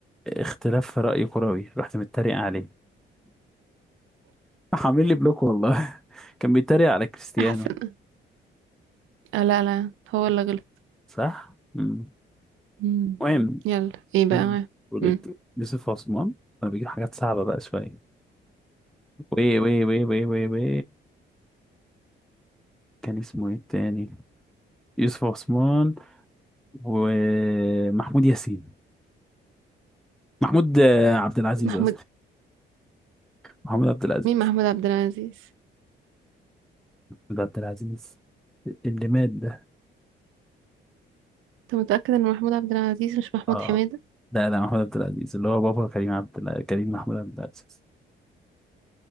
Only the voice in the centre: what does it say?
اختلاف في رأي كروي رحت متريق عليه راح عامل لي بلوك والله <laughs> كان بيتريق على كريستيانو
صح مم.
مهم
فيلم بطولة
يوسف عثمان انا بجيب حاجات صعبة بقى شوية وي وي وي وي وي وي كان اسمه ايه التاني يوسف عثمان ومحمود ياسين محمود آه، عبد العزيز
قصدي محمود عبد العزيز
محمود عبد العزيز اللي مات ده
اه
لا لا محمود عبد العزيز اللي هو بابا كريم عبد الع... كريم محمود عبد العزيز